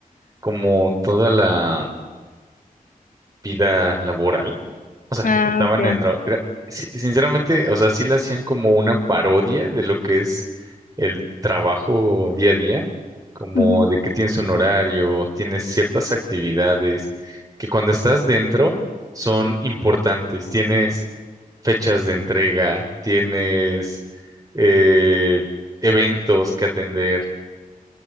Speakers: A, on the right; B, on the left.
A: como toda la vida laboral, o sea,
B: Ah,
A: estaban
B: ok.
A: en tra- era- si- sinceramente, o sea, sí le hacían como una parodia de lo que es el trabajo día a día, como
B: Ujú,
A: de que tienes un horario, tienes ciertas actividades que cuando estás dentro son importantes, tienes fechas de entrega, tienes eh, eventos que atender.